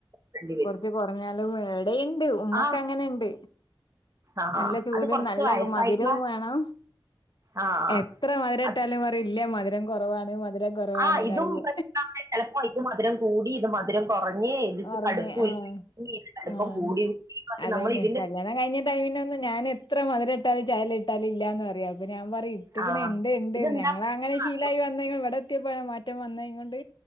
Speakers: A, on the right (about 40°); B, on the left (about 65°).
A: കുടിക്കേണ്ടി വരും
B: കൊറച്ച് കുറഞ്ഞാലും എടെുണ്ട് ഉമ്മക്കെ
A: ആഹ്
B: അങ്ങനെുണ്ട്
A: ആഹ്
B: നല്ല ചൂട
A: അത് കൊറച്ച്
B: നല്ല
A: വയസ്സായിട്ടുള്ള
B: മധുരവും വേണംോ
A: ആഹ്
B: എത്ര മധുരം
A: അത്
B: ഇട്ടാലും അറി ഇല്ല മധുരം കുറവാണ് മധുരം അ കുറവാണ്െന്നറിയ
A: ആഹ് ഇതും പ്രശ്നാണ് ചെലപ്പോ ഇത് മധുരം കൂടി ഇത് മധുരം കുറ അങ്ങ ഇതി
B: പറഞ്ഞ്
A: കടുപ്പൂല്ല
B: ആഹ്
A: കടുപ്പം
B: ആഹ്
A: കൂടിൂടി മ
B: അതന്നെ
A: നമ്മൾ ഇതിന്റെ
B: കല്യാണം കഴിഞ്ഞ ടൈമിനൊന്നും ഞാൻ എത്ര മതിലര ഇട്ടാലും ചയല ഇട്ടാലും ഇല്ലാന്ന് പറയാെ ഞാൻ പറയും ഇട്ടക്കുന്നു
A: ആഹ്
B: ഇണ്ട്ന്ന്
A: ഇതെന്താ
B: ഞങ്ങ
A: പ്രശ്നംന്ന്
B: അങ്ങനെ ശീലായി
A: അറിയോ
B: വന്നെ ഇവിടെ എത്തി മാറ്റം വന്ന ഇങ്ങൊണ്ട്